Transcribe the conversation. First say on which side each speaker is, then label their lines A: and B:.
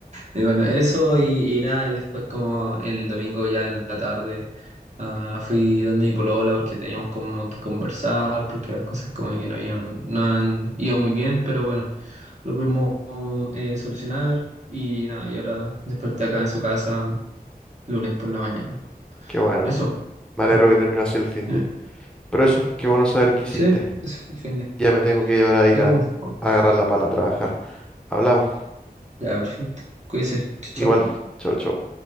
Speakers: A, on the right; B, in the centre.
A: Y bueno, eso y, y nada, y después como el domingo ya en la tarde ah, fui donde mi polola porque teníamos como que conversar, porque las cosas como que no habían, no han ido muy bien, pero bueno, lo pudimos eh, solucionar y nada, y ahora desperté acá en su casa lunes por la mañana.
B: Qué bueno.
A: Eso.
B: Me alegro
A: Mm.
B: que terminó así el fin
A: Sí,
B: de. Pero eso, qué bueno saber que hiciste.
A: sí, ese fue el fin de.
B: Ya me tengo que ahora ir
A: Ya,
B: a,
A: pues.
B: a agarrar la pala a trabajar. Hablamos.
A: Ya, perfecto. Cuídese. Chau, chau.
B: Igual. Chau, chau.